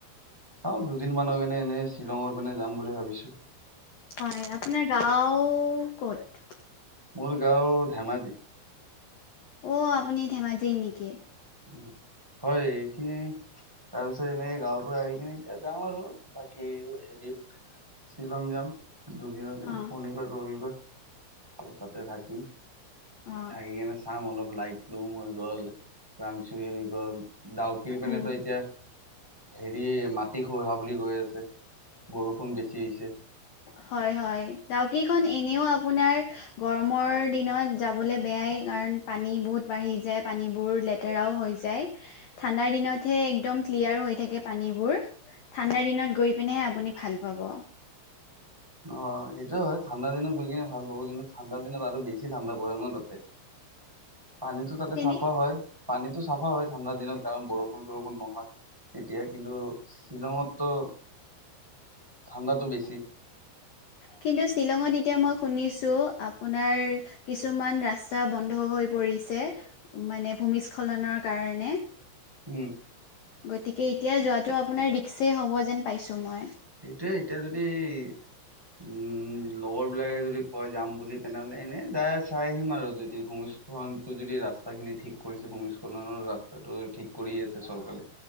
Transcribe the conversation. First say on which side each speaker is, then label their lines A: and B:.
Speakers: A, in the centre; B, on the left.
A: চাওঁ দুদিন মানৰ কাৰণে এনেই শ্বিলংৰ পিনে যাম বুলি ভাবিছোঁ।
B: হয় আপোনাৰ গাওঁ ক'ত?
A: মোৰ গাঁও ধেমাজি।
B: অহ, আপুনি ধেমাজিৰ নেকি?
A: উম, হয়। এইখিনি তাৰপিছত এনেকে গাঁৱৰ পৰা আহি কিনে এতিয়া যাম আৰু বাকী হেৰিত। শ্বিলং যাম দুদিনৰ কাৰণে,
B: অ
A: শনিবাৰ ৰবিবাৰ ত' তাতে থাকিম। উম,
B: অ
A: থাকি কিনে চাম অলপ লাইট লুম হৈ গ'ল। ৰাংচৰি হৈ গ'ল ডাউকিৰ পিনে
B: উম
A: ত' এতিয়া হেৰি মাটি খহা বুলি কৈ আছে, বৰষুণ বেছি হৈছে।
B: হয়, হয়। ডাউকিখন এনেও আপোনাৰ গৰমৰ দিনত যাবলৈ বেয়াই, কাৰণ পানী বহুত বাঢ়ি যায় পানীবোৰ লেতেৰা হৈ যায়। ঠাণ্ডাৰ দিনত হে একদম ক্লিয়াৰ হৈ থাকে পানীবোৰ। ঠাণ্ডা দিনত গৈ পিনেহে আপুনি ভাল পাব।
A: অহ, সেইটোয়ে হয় ঠাণ্ডা দিনত গৈ কিনে ভাল পাব। কিন্তু ঠাণ্ডা দিনত আৰু বেছি ঠাণ্ডা পৰে ন' তাতে।
B: <inaudible>
A: পানীতো তাতে
B: তেনে
A: চাফা হয়। পানীতো চাফা হয় ঠাণ্ডা দিনত কাৰণ বৰষুণ-চৰষুণ নহয়। তেতিয়া কিন্তু শ্বিলংতো ঠাণ্ডাটো বেছি।
B: কিন্তু শ্বিলংত এতিয়া মই শুনিছোঁ, আপোনাৰ কিছুমান ৰাস্তা বন্ধ হৈ হৈ পৰিছে, মানে ভূমিস্খলনৰ কাৰণে।
A: উম।
B: গতিকে এতিয়া যোৱাটো আপোনাৰ ৰিক্সি হ'ব যেন পাইছোঁ মই।
A: সেইটোয়ে এতিয়া যদি উম, লগৰ বিলাকে যদি কয় যাম বুলি তেনেহ'লে, এনে যাই চাই আহিম আৰু যদি ভূমিস্খলনটো যদি ৰাস্তাখিনি ঠিক কৰিছে ভূমিস্খলনৰ ৰাস্তাটো ঠিক কৰি আছে চৰকাৰে